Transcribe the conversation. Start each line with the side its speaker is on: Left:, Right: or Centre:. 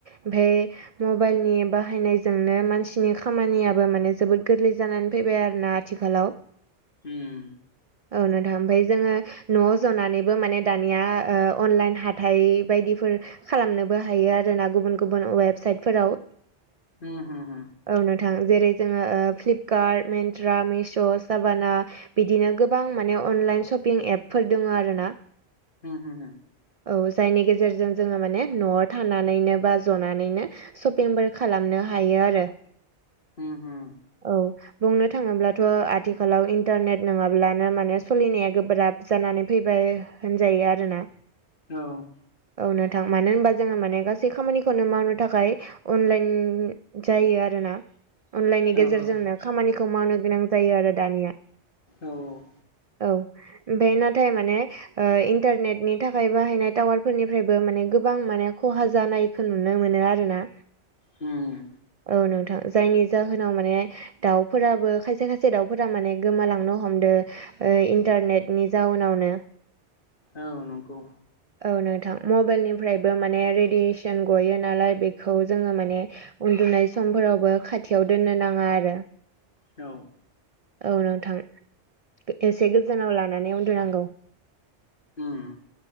Right: ओमफाय मबाइलनि बाहायनायजोंनो मानसि बिसिनि खामानियाबो माने जोबोद गोरलै जानानै फैबाय आरोना आथिखालाव
Left: उम
Right: औ नोंथां ओमफ्राय जोङो न'आव जनानैबो माने दानिया ओ अनलाइन हाथाइ बायदिफोर खालामनोबो हायो आरो ना गुबुन गुबुन वेबसाइटफोराव
Left: होम होम
Right: औ नोंथां जेरै जोङो फ्लिपकार्ट मेन्ट्रा मिश' साबाना बिदिनो गोबां माने अनलाइन सशपिं एपफोर दङ आरो ना
Left: होम होम
Right: औ जायनि गेजेरजों जोङो माने न'आव थानानैनो बा जनानैनो सपिंबो खालामनो हायो आरो
Left: होम होम
Right: औ बुंनो थाङोब्लाथ' आथिखालाव इन्टारनेट नोङाब्लानो माने सोलिनाया गोब्राब जानानै फैबाय होनजायो आरोना
Left: औ
Right: औ नोंथां मानो होनबा जोंङो माने गासै खामानिखौनो मावनो थाखाय अनलाइन जायो आरोना अनलाइननि गेजेरजोंनो
Left: औ औ
Right: खामानिखौ मावनो गोनां जायो आरो दानिया
Left: औ
Right: औ ओमफ्राय नाथाय माने ओ इन्टारनेटनि थाखाय बाहायनाय टावार फोरनिफ्रायबो माने गोबां माने खहा जानाय खौ नुनो मोनो आरो ना
Left: होम
Right: औ नोंथां जायनि जाहोनाव माने दाउफोराबो खायसे खायसे दाउफोरा माने गोमालांनो हमदो ओ इन्टारनेटनि जाउनावनो
Left: औ नंगौ
Right: औ नोंथां मबाइलनिफ्रायबो माने रेडियेसन गयो नालाय बेखौ जोङो माने उन्दुनाय समफोरावबो खाथियाव दोननो नाङा आरो
Left: औ
Right: औ नोंथां एसे गोजानाव लानानै उन्दुनांगौ
Left: उम